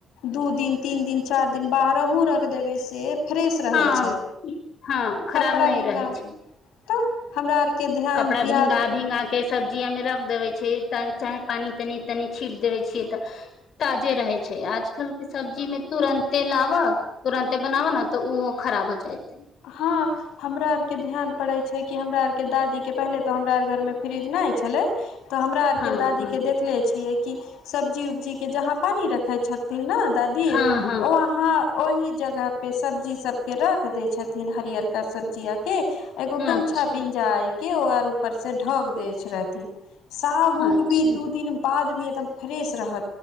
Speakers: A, on the left (about 85°); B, on the left (about 65°).
A: दू दिन तीन दिन चारि दिन बाहरहु रख देबै से फ्रेश रहै
B: हँ
A: छै
B: हँ खराब
A: कपड़ा
B: नहि
A: भींगा
B: रहै छै
A: तो हमरा आरके ध्यान
B: कपड़ा भींगा
A: याद
B: भीङंगा के सब जिया मे रख देवे छै चाहे पानी तनी तनी छीट देवे छिये तऽ ताजे रहे छै आ आजकल के सब्जी में तुरंते लाबह तुरंते बनाबऽ ने तऽ ओहो खराब हो जायतेै
A: हँ हमरा आर के ध्यान पड़े छै कि हमरा आर के दादी के पहले तो हमरा आर घर मे फ्रीज ने छले तऽ हमरा आर
B: हँ
A: के दादी
B: हँ
A: के देखले छियै कि सब्जी उब्जी के जहाँ पानी रखै छथिन ने दादी
B: हँ
A: ओ अहाँ ओहि जगह पे सब्जी सब के राख देय छथिन हरियर का सब्जीिया के एगो
B: हँ
A: गमछा
B: अच्छा
A: बिंजा के आर ऊपर से ढोक द रहथि साग उग
B: अच्छा
A: भी दू दिन बाद भी एकदम फ्रेश रह